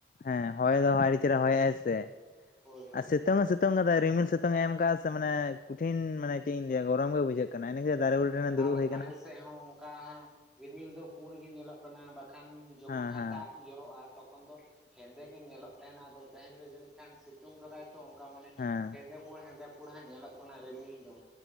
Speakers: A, on the left; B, in the centre.
A: ᱦᱮᱸ ᱦᱚᱭ ᱫᱚ ᱦᱚᱭ ᱟᱹᱰᱤ ᱪᱮᱨᱦᱟ ᱦᱚᱭᱮᱜᱼᱟᱭ ᱥᱮ
B: ᱦᱳᱭ ᱦᱳᱭ
A: ᱟᱨ ᱥᱤᱛᱩᱝ ᱦᱚᱸ ᱥᱮ ᱥᱤᱛᱩᱝ ᱟᱠᱟᱫᱟ ᱨᱤᱢᱤᱞ ᱥᱤᱩᱛᱩᱝ ᱮ ᱮᱢ ᱟᱠᱟᱜᱼᱟ ᱥᱮ ᱢᱟᱱᱮ ᱠᱩᱴᱷᱤᱱ ᱢᱟᱱᱮ ᱪᱮᱜ ᱤᱧ ᱞᱟᱹᱭᱟ ᱜᱚᱨᱚᱢ ᱜᱮ ᱵᱩᱡᱷᱟᱹᱜ ᱠᱟᱱᱟ ᱤᱱᱟᱹ ᱠᱷᱟᱹᱛᱤᱨ
B: ᱦᱳᱭ
A: ᱫᱟᱨᱮ ᱵᱩᱴᱟᱹ ᱨᱮᱱ ᱫᱩᱲᱩᱵ
B: ᱟᱨ
A: ᱦᱩᱭ ᱟᱠᱟᱱᱟ
B: ᱟᱞᱮ ᱥᱮᱜ ᱦᱚᱸ ᱠᱟ ᱦᱟᱸᱜ ᱨᱤᱢᱤᱞ ᱫᱚ ᱯᱩᱬ ᱜᱮ ᱧᱮᱞᱚᱜ ᱠᱟᱱᱟ ᱵᱟᱠᱷᱟᱱ ᱡᱚᱠᱷᱚᱱ
A: ᱦᱮᱸ
B: ᱦᱟᱸᱜ
A: ᱦᱮᱸ
B: ᱫᱟᱜ ᱡᱚᱨᱚᱜ-ᱟ ᱛᱚᱠᱷᱚᱱ ᱫᱚ ᱦᱮᱸᱫᱮ ᱜᱮ ᱧᱮᱞᱚᱜ ᱛᱮᱦᱮᱱᱟ ᱟᱫᱚ ᱛᱮᱦᱮᱱ ᱫᱚ ᱡᱟᱹᱱᱤᱡ ᱠᱷᱟᱱ ᱥᱤᱛᱩᱝ ᱠᱟᱫᱟᱭ ᱛᱚ ᱚᱝᱠᱟ ᱢᱟᱱᱮ
A: ᱦᱮᱸ
B: ᱦᱮᱸᱫᱮ ᱯᱩᱲ ᱦᱮᱸᱫᱮ ᱯᱩᱲ ᱦᱟᱸᱜ ᱧᱮᱞᱚᱜ ᱠᱟᱱᱟ ᱨᱤᱢᱤᱞ ᱫᱚ᱾